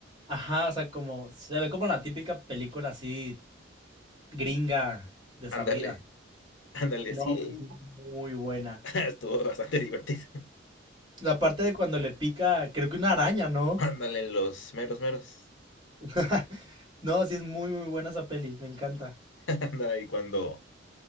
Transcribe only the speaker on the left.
Ándale. Ándale,
sí,
<laughs> estuvo bastante divertido. <laughs>
Ándale, los meros meros.
<laughs> Ándale, cuando